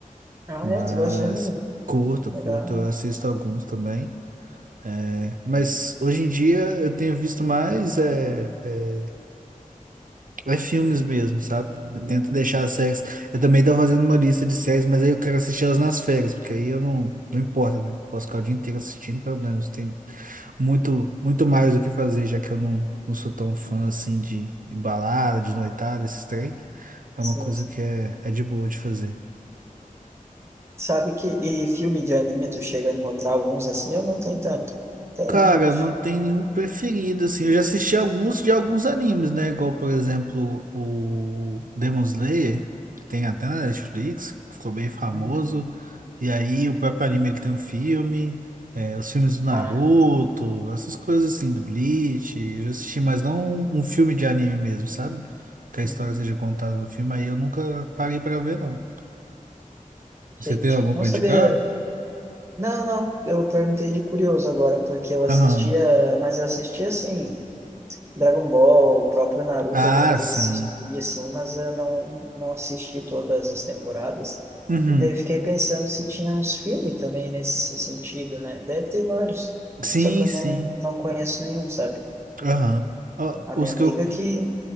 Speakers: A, on the right; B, on the right.
A: Ah,
B: mas
A: é, tu gosta de anime?
B: curto, curto,
A: Legal.
B: eu assisto alguns também. É, mas hoje em dia eu tenho visto mais. É, é É filmes mesmo, sabe? Eu tento
A: Uhum.
B: deixar as séries. Eu também tô fazendo uma lista de séries, mas aí eu quero assistir elas nas férias, porque aí eu não. Não importa, né? Posso ficar o dia inteiro assistindo, pelo menos. Tem muito, muito mais o que fazer, já que eu não, não sou tão fã assim de, de balada, de noitada, esses trem. É
A: Sim,
B: uma coisa
A: sim.
B: que é, é de boa de fazer.
A: Sabe que e filme de anime tu chega a encontrar alguns assim, eu não tenho tanto. Tem,
B: Cara,
A: né? Eu acho.
B: não tem nenhum preferido, assim. Eu já assisti alguns de alguns animes, né? Igual, por exemplo, o Demon Slayer, que tem até na Netflix, que ficou bem famoso.
A: Uhum.
B: E aí, o próprio anime, ele tem um filme, é, os filmes do Naruto,
A: Ah, então.
B: essas coisas assim, do Bleach. Eu já assisti, mas não um, um filme de anime mesmo, sabe? Que a história
A: Uhum.
B: seja contada no filme, aí eu nunca parei pra ver, não.
A: Achei
B: Você tem
A: que tinha.
B: algum
A: Não
B: pra
A: sabia.
B: indicar?
A: Não, não. Eu perguntei de curioso agora, porque eu assistia,
B: Aham.
A: mas eu assistia assim, Dragon Ball, o próprio Naruto
B: Ah,
A: eu tentei
B: sim.
A: assistir assim, mas eu não, não assisti todas as temporadas.
B: Uhum.
A: E daí eu fiquei pensando se tinha uns filmes também nesse sentido, né? Deve ter vários.
B: Sim,
A: Só que eu
B: sim.
A: não, não conheço nenhum, sabe?
B: Aham. Ó,
A: A
B: Os
A: minha amiga
B: que eu
A: que,